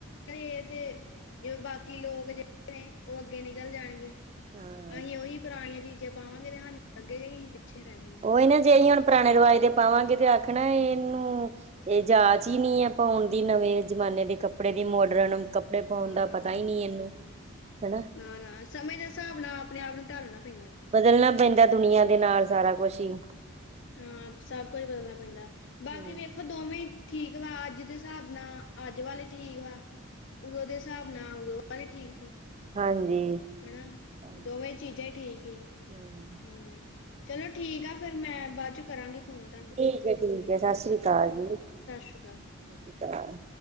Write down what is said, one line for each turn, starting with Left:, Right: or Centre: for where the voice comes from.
Left: ਤੇ ਜਿਵੇਂ ਬਾਕੀ ਲੋਕ ਨੇ ਉਹ ਅੱਗੇ ਨਿਕਲ ਜਾਣਗੇ
Right: ਹਾਂ
Left: ਅਸੀਂ ਉਹੀ ਪੁਰਾਣੀਆਂ ਚੀਜ਼ਾਂ ਜੇ ਪਾਵਾਂਗੇ ਤਾਂ ਸਾਨੂੰ ਲੱਗੇਗਾ ਕਿ ਹੀਂ ਪਿੱਛੇ ਰਹਿ ਗਏ
Right: ਉਹੀ ਨਾ ਜੇ ਅਸੀਂ ਹੁਣ ਪੁਰਾਣੇ ਰਿਵਾਜ਼ ਦੇ ਪਾਵਾਂਗੇ ਤੇ ਆਖਣਾ ਇਹਨੂੰ ਇਹ ਜਾਚ ਈ ਨੀ ਆ ਪਾਉਣ ਦੀ ਨਵੇਂ ਜਮਾਨੇ ਦੇ ਕੱਪੜੇ ਦੀ ਮੋਡਰਨ ਕੱਪੜੇ ਪਾਉਣ
Left: ਹਾਂ
Right: ਦਾ ਪਤਾ ਈ ਨਹੀਂ ਇਹਨੂੰ ਹਨਾ
Left: ਨਾ ਨਾ ਸਮੇ ਦੇ ਹਿਸਾਬ ਨਾਲ ਆਪਨੇ ਆਪ ਨੂੰ ਟਾਲਨਾ ਪੈਂਦਾ
Right: ਬਦਲਨਾ ਪੈਂਦਾ ਦੁਨੀਆਂ ਦੇ ਨਾਲ ਸਾਰਾ ਕੁਛ ਈ
Left: ਹਾਂ ਸਭ ਕੁਝ ਬਦਲਨਾ ਪੈਂਦਾ
Right: ਹਮ
Left: ਬਾਕੀ ਵੇਖੋ ਦੋਵੇਂ ਠੀਕ ਵਾ ਅੱਜ ਦੇ ਹਿਸਾਬ ਨਾਲ ਅੱਜ ਵਾਲੇ ਠੀਕ ਵਾ ਉਦੋ ਦੇ ਸਾਬ ਨਾਲ ਉਦੋ ਵਾਲੇ ਠੀਕ ਸੀ-
Right: ਹਾਂਜੀ
Left: ਹਨਾ
Right: ਹਾਂਜੀ,
Left: ਦੋਵੇਂ ਚੀਜ਼ਾਂ ਠੀਕ ਈ
Right: ਹੂੰ
Left: ਹਾਂ ਚਲੋ ਠੀਕ ਆ ਫੇਰ ਮੈਂ ਬਾਅ ਚੋਂ ਕਰਾਂਗੀ ਫੋਨ ਤੁਹਾਨੂੰ
Right: ਠੀਕ ਆ ਠੀਕ ਆ ਸਤਿ ਸ਼੍ਰੀ ਅਕਾਲ ਜੀ ਸਤਿ
Left: ਸ਼੍ਰੀ ਅਕਾਲ
Right: ਸ਼੍ਰੀ ਅਕਾਲ